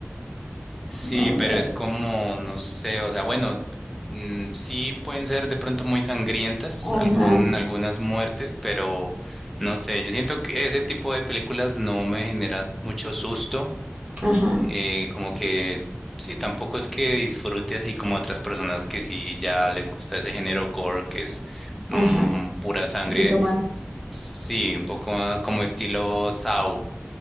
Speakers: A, in the centre; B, on the right.
A: Sí,
B: vamos
A: pero
B: a ver.
A: es como, no sé, o sea, bueno, mm, sí pueden ser de pronto muy sangrientas,
B: Ajá,
A: algún, algunas muertes, pero no sé, yo siento que ese tipo de películas no me genera mucho susto,
B: ajá,
A: eh, como que sí, tampoco es que disfrute así como otras personas que sí ya les gusta ese género gore, que es mm,
B: ajá.
A: pura sangre,
B: Un poquito más.
A: sí, un poco ah, como estilo Saw,